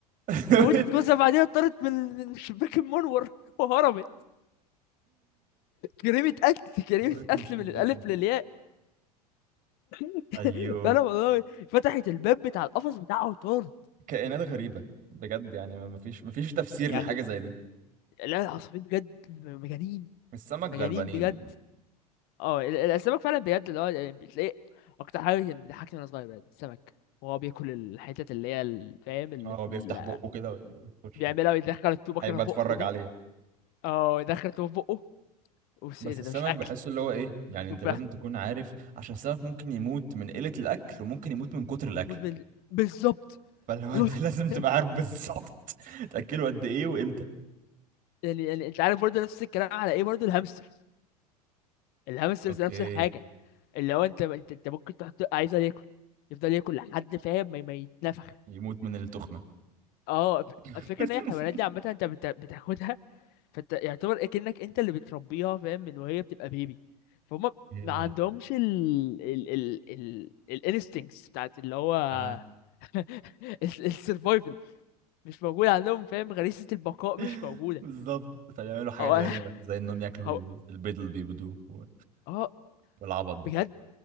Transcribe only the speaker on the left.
موتت جوزها بعدين اتطرت من من الشباك المنور <laughs> وهربت جريمة قتل جريمة
قتل
من الألف
للياء <laughs>
فأنا والله فتحت الباب بتاع القفص بتاعه وطار
يعني
لا العصافير بجد مجانين
مجانين
بجد
اه ال- ال- السمك فعلا بجد اللي هو يعني بتلاقي اكتر حاجه كان بتضحكني وانا صغير بجد السمك وهو بياكل الحتت اللي هي ال- فاهم اللي
في
ال...
بيعملها
ويدخل التوبه
كده في
بقه دي
اه يدخل التوبه في بقه بص
ايه ده
ده مش اكل
تبقى
مدمن بالظبط
<laughs>
يعني يعني انت عارف برضه نفس الكلام على ايه برضه الهامسترز الهامسترز
نفس الحاجه اللي هو انت انت انت ممكن تحط عايزه ياكل يفضل ياكل لحد فاهم ما ما يتنفخ
اه الف-
الفكره ان هي الحيوانات دي عامه انت بت- بتاخدها فانت يعتبر اكنك انت اللي بتربيها فاهم من وهي بتبقى بيبي فهم
ما عندهمش ال ال ال ال الانستنكتس بتاعت اللي هو
<laughs> السرفايفل مش موجود عندهم فاهم غريزة البقاء
مش موجودة
او
انا
<laughs>
هو
اه
بجد